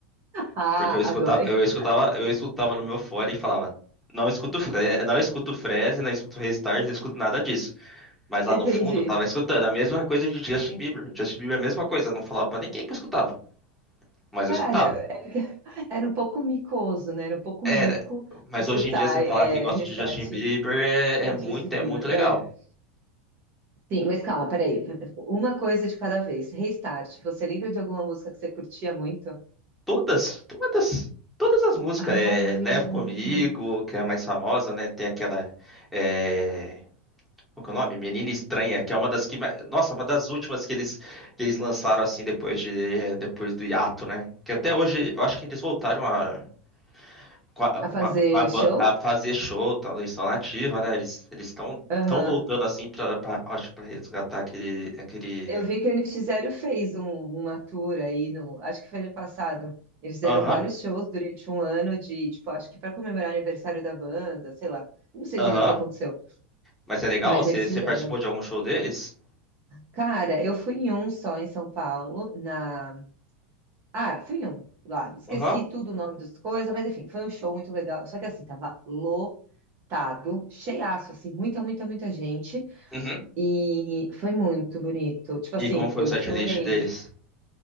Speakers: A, on the right (about 40°); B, in the centre.
A: Ah,
B: Porque eu escutava,
A: agora
B: eu
A: que-
B: escutava, eu escutava no meu fone e falava, não escuto Fre não escuto Freeze, não escuto Restart, não escuto nada disso. Mas lá
A: entendi.
B: no fundo, eu tava escutando a mesma coisa de Justin Bieber. Justin Bieber é a mesma coisa, eu não falava pra ninguém que eu escutava, mas
A: Cara,
B: eu escutava.
A: é porque era um pouco micoso, né? Era um pouco
B: Era.
A: mico
B: Mas
A: escutar
B: hoje em dia, você falar
A: é,
B: que gosta
A: Restart
B: de Justin Bieber
A: e
B: é, é
A: Justin
B: muito,
A: Bieber.
B: é muito legal.
A: É. Sim, mas calma, peraí. Uma coisa de cada vez. Restart, você lembra de alguma música que você curtia muito?
B: Todas, todas, todas as músicas.
A: Ave
B: É, Levo
A: Maria.
B: Comigo, que é a mais famosa, né? Tem aquela. é, Qual que é o nome? Menina Estranha, que é uma das que, mais- nossa, uma das últimas que eles que eles lançaram assim depois de depois do hiato, né? Que até hoje eu acho que eles voltaram a com a, com
A: A fazer
B: a- com a ban-
A: show?
B: a fazer show, tal, eles estão na ativa, né? Eles eles estão
A: Aham.
B: estão voltando assim para acho para resgatar aquele aquele
A: Eu vi que eles fizeram, fez um- uma tour aí no, acho que foi ano passado. Eles fizeram
B: Aham.
A: vários shows durante um ano de, tipo, acho que para comemorar o aniversário da banda, sei lá. Eu não sei
B: Aham.
A: direito o que aconteceu,
B: Mas é legal,
A: mas
B: você
A: eles
B: você
A: fizeram.
B: participou de algum show deles?
A: Cara, eu fui em um só em São Paulo, na... Ah, fui em um lá. Esqueci
B: Aham.
A: tudo o nome das coisas, mas enfim, foi um show muito legal. Só que assim, tava lotado, cheiaço, assim, muita, muita, muita gente.
B: Uhum.
A: E foi muito bonito. Tipo assim,
B: E como foi
A: eu
B: o setlist
A: chorei.
B: deles?